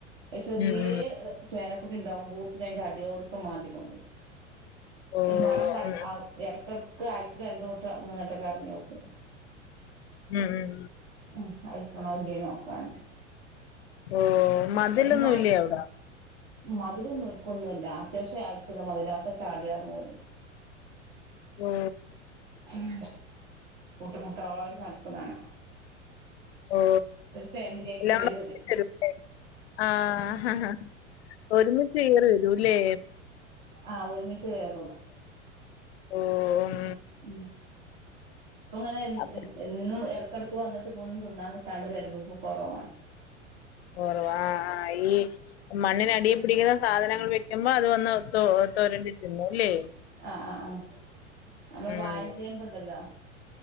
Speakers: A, on the right (about 50°); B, on the left (about 55°).
A: ചെറിയ
B: ഉം ഉം
A: ചേനക്കുട്ടി ഉണ്ടാവുമ്പോത്തേന് അതിന്റെ അടിയോടക്കം മാന്തി കൊണ്ടോം.
B: ഓ
A: മണം കണ്ട
B: ഉം
A: ഇടക്കെട ക്കാഴ്ച്ചേ രണ്ടു വട്ടം മൂന്നുട്ടക്കെറങ്ങി നോക്കും
B: ഉം ഉം
A: ഉം ആയിക്കണോ ഇല്ലേ നോക്കാൻ
B: ഓ മതിലൊന്നുംല്ലേ
A: അയിലുമ്മാൻ
B: അവിടെ
A: മതിലൊന്നും ഒരുക്കൊന്നല്ല അത്യാവശ്യ അട്തുള്ള മതിലൊക്കെ ചാടിയാങ്ട് പോ
B: ഓ
A: ഉം കൂട്ട കൂട്ട ആയിട്ട് നടക്കലാണ്
B: ഓ
A: ഒരു ഫാമിലി ആയിട്ടേ
B: എല്ലാം
A: വരുഓര്
B: കൂടെ ഒരുമിച്ച് വരൂല്ലേ ആഹ് ഹാം ഒരുമിച്ച് കേറി വരൂല്ലേ
A: ആഹ് ഒരുമിച്ചേ വേര്വൊള്ളൂ
B: ഓ ഉം
A: ഉം ഇപ്പ ഇങ്ങനെ
B: അപ്പൊ
A: എന്നും എടക്കെടക്ക് വന്നിട്ട് പോ തിന്നാൻ കിട്ടാണ്ട് വരവിപ്പ കുറവാണ്
B: ഓ ആഹ് ഹാ ഈ മണ്ണിനടി പിടിക്കുന്നത് സാധനങ്ങൾ വെക്കുമ്പോ അത് വന്നു തൊരണ്ടിത്തിന്നുല്ലേ
A: ആഹ് ആഹ് ആഹ് നമ്മള്
B: ഉം
A: വായിൻചേമ്പ്ണ്ടല്ലോ